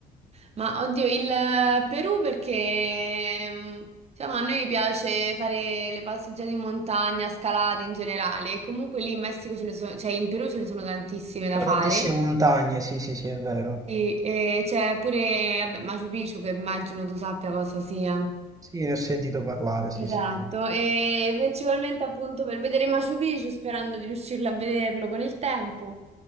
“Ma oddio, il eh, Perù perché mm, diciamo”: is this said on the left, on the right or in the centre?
Right